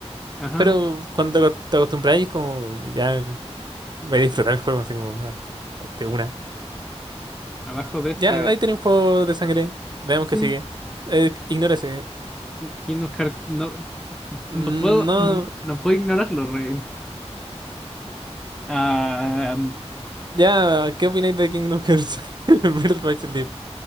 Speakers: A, in the centre; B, on the right (about 40°).
A: Ajá,
B: Pero cuando te acos- te acostumbras es como, ya voy a disfrutar el juego, así como, ah, de una.
A: abajo de este,
B: Ya, ahí tenés un juego de sangre, veamos
A: sí,
B: qué sigue. Eh, ignora ese.
A: Kingdom Hearts, no,
B: Mm,
A: no puedo,
B: No,
A: no puedo ignorarlo, Rein. Ah,
B: ya, ¿qué opináis de Kingdom Hearts? <laughs> Birth by Sleep.